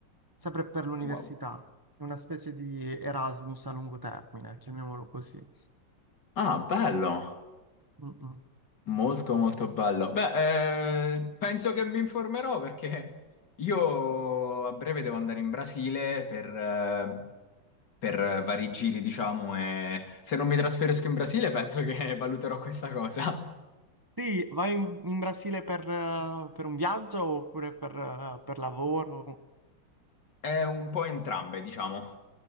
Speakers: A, on the right; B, on the left.
A: sempre per l'università.
B: wow.
A: È una specie di Erasmus a lungo termine, chiamiamolo così.
B: Ah, bello.
A: Mm-mm.
B: Molto molto bello. Beh, eh, penso che mi informerò perché io a breve devo andare in Brasile per, eh, per vari giri, diciamo, e se non mi trasferisco in Brasile penso che <laughs> valuterò questa cosa.
A: Sì, vai in, in Brasile per, eh, per un viaggio oppure per, eh, per lavoro?
B: È un po' entrambe, diciamo.